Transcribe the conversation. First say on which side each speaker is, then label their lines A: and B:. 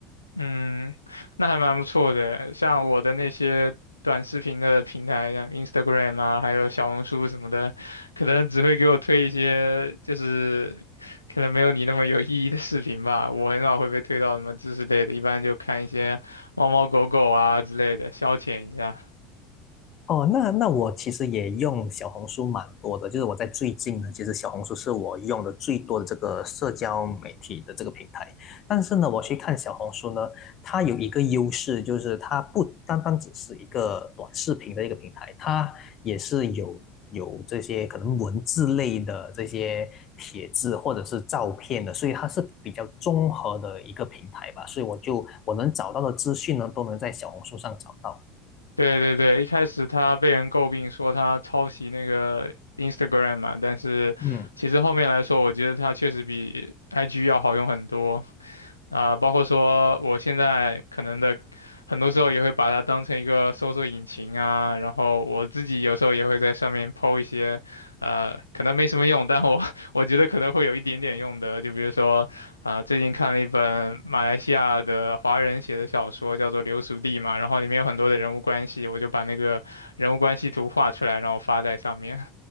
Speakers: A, on the left; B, on the left.
A: 嗯，那还蛮不错的。像我的那些短视频的平台，像 Instagram 啊，还有小红书什么的，可能只会给我推一些就是可能没有你那么有意义的视频吧。我很少会被推到什么知识类的，一般就看一些猫猫狗狗啊之类的，消遣一下。
B: 哦，那那我其实也用小红书蛮多的，就是我在最近呢，其实小红书是我用的最多的这个社交媒体的这个平台。但是呢，我去看小红书呢，它有一个优势，就是它不单单只是一个短视频的一个平台，它也是有有这些可能文字类的这些帖子或者是照片的，所以它是比较综合的一个平台吧。所以我就我能找到的资讯呢，都能在小红书上找到。
A: 对对对，一开始他被人诟病说他抄袭那个 Instagram 嘛，但是其实后面来说，
B: 嗯。
A: 我觉得他确实比 IG 要好用很多。啊、包括说我现在可能的，很多时候也会把它当成一个搜索引擎啊，然后我自己有时候也会在上面 PO 一些，呃，可能没什么用，但我 <laughs> 我觉得可能会有一点点用的，就比如说，啊、最近看了一本马来西亚的华人写的小说，叫做《流俗地》嘛，然后里面有很多的人物关系，我就把那个人物关系图画出来，然后发在上面。